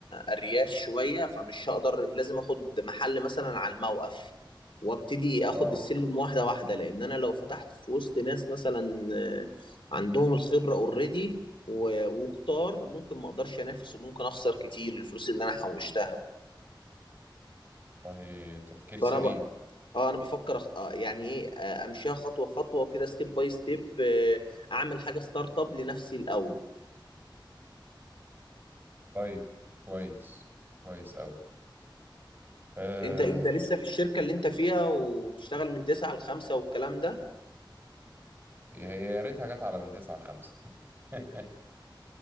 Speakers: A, on the left (about 85°); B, on the right (about 25°).
A: ارياف شويه فمش هقدر لازم اخد محل مثلا على الموقف وابتدي اخد
B: اه
A: السلم واحده واحده لان انا لو فتحت في وسط ناس مثلا آه، عندهم الخبره اوريدي وكتار ممكن ما اقدرش انافس وممكن اخسر كتير الفلوس اللي انا حوشتها
B: والله تفكير سليم
A: فانا ب... اه انا بفكر أخ... آه، يعني ايه آه، امشيها خطوه خطوه وكده ستيب باي ستيب اعمل حاجه ستارت اب لنفسي الاول
B: طيب كويس كويس أوي آه
A: انت انت لسه في الشركة اللي انت فيها وبتشتغل من 9 ل 5 والكلام ده
B: هي يا ريتها جت على من تسعة لخمسة <laughs>